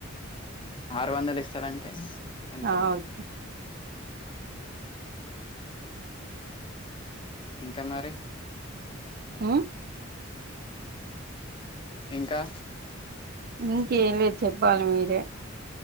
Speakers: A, on the left (about 25°); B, on the right (about 50°).
A: ఆరు వందలు ఇస్తరంటే ఎంత
B: ఆ
A: అట
B: ఓకే
A: ఇంకా మరి
B: ఆ
A: ఇంకా
B: ఇంకేం లేదు చెప్పాలి మీరే